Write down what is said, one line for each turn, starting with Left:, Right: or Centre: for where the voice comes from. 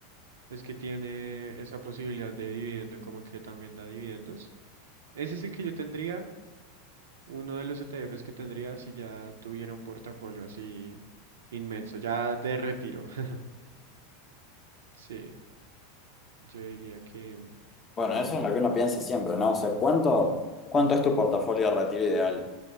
Right: Es que tiene esa posibilidad de dividendo, como que también da dividendos. Ese es el que yo tendría, uno de los ETFs que tendría si ya tuviera un portafolio así inmenso, ya de retiro. <laughs> Sí, yo diría que...
Left: Bueno, eso es lo que uno piensa siempre, ¿no? O sea, ¿cuánto, cuánto es tu portafolio de retiro ideal?